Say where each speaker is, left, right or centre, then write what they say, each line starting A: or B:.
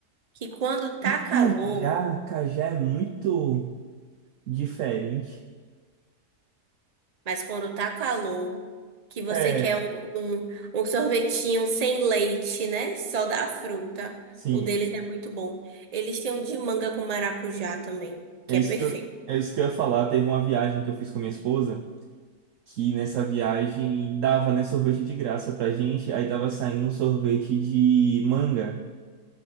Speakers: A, on the right; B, on the right.
A: que quando tá
B: E cajá,
A: calor,
B: cajá é muito diferente.
A: mas quando tá calor, que você
B: É,
A: quer um, um, um sorvetinho sem leite, né? Só da fruta.
B: sim.
A: O deles é muito bom. Eles têm um de manga com maracujá também, que
B: É isso
A: é perfeito.
B: que eu, é isso que eu ia falar. Teve uma viagem que eu fiz com minha esposa. que nessa viagem dava, né, sorvete de graça pra gente, aí tava saindo um sorvete de manga,